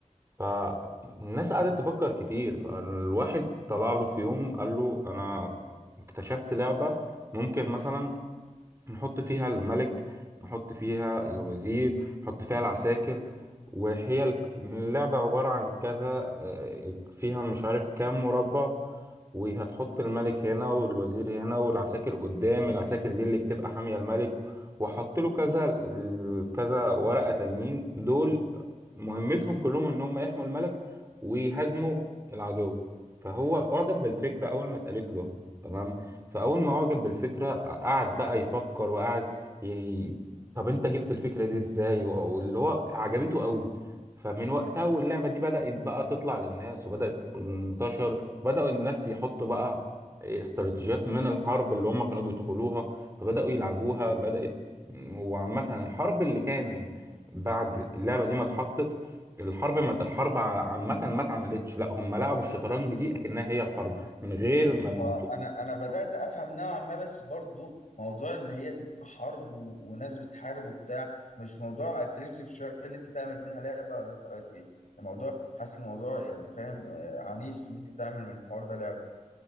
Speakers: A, on the right; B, on the left.
A: فالناس قعدت تفكر كتير فالواحد طلع له في يوم قال له انا اكتشفت لعبة ممكن مثلا نحط فيها الملك نحط فيها الوزير نحط فيها العساكر وهي الك- اللعبة عبارة عن كذا آه، فيها مش عارف كام مربع وهتحط الملك هنا والوزير هنا والعساكر قدام العساكر دي اللي بتبقى حامية الملك وحط له كذا كذا ورقة تانيين دول مهمتهم كلهم ان هم يحموا الملك ويهاجموا العدو فهو اعجب بالفكرة اول ما اتقالت له تمام فاول ما اعجب بالفكره قعد بقى يفكر وقعد ي... طب انت جبت الفكره دي ازاي و- واللي هو عجبته قوي فمن وقتها واللعبه دي بدات بقى تطلع للناس وبدات تنتشر بداوا الناس يحطوا بقى استراتيجيات من الحرب اللي هم كانوا بيدخلوها فبداوا يلعبوها بدات وعامه الحرب اللي كان بعد اللعبه دي ما اتحطت الحرب ما الحرب عامه ما اتعملتش لا هم لعبوا الشطرنج دي اكنها هي الحرب من غير ما
B: وانا انا بدات افهم نوعا ما بس برضو موضوع ان هي تبقى حرب و... وناس بتحارب وبتاع مش موضوع اجريسيف شويه اللي انت تعمل منها لعبه ولا انت رايك ايه الموضوع حاسس الموضوع يعني فاهم آه عنيف اللي انت تعمل من الحوار ده لعبه